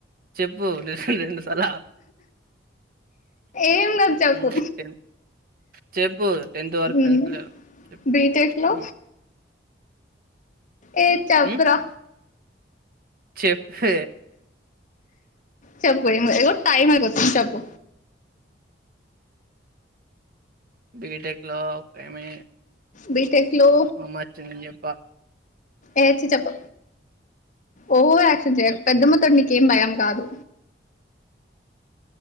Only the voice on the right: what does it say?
చెప్పు నేను రెండు సార్లు
<inaudible> చెప్పు టెన్త్ వరకు
ఫ్రెండ్స్ లేరు చెప్పు
హ్మ్.
హ్మ్. చెప్పే
బీటెక్లో ఒకమే
అమ్మొచ్చి నేన్ చెప్ప
చెప్పా.